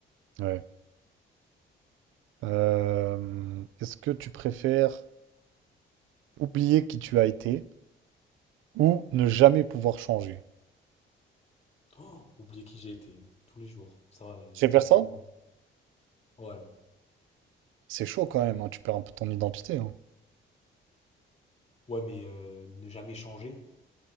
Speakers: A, on the right; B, on the left.
A: Ouais. Euh, est-ce que tu préfères oublier qui tu as été ou ne jamais pouvoir changer?
B: Oh, oublier qui j'ai été, hein, tous les jours. Ça va,
A: Tu
B: j'ai
A: préfères
B: 20
A: ça?
B: ans. euh. Ouais,
A: C'est chaud quand même, hein, Tu perds un peu ton identité, hein.
B: Ouais, mais euh, ne jamais changer.